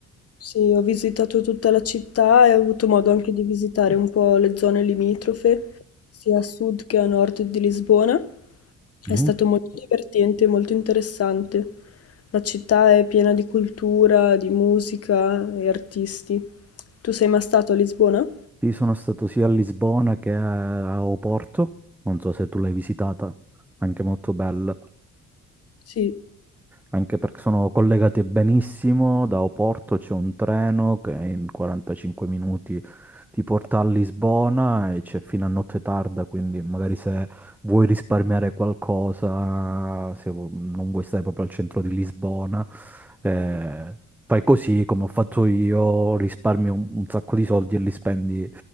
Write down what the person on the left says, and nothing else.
sì, ho visitato tutta la città e ho avuto modo anche di visitare un po' le zone limitrofe, sia a sud che a nord di Lisbona.
È stato molto divertente, molto interessante. La città è piena di cultura, di musica e artisti. Tu sei mai stato a Lisbona?
Sì.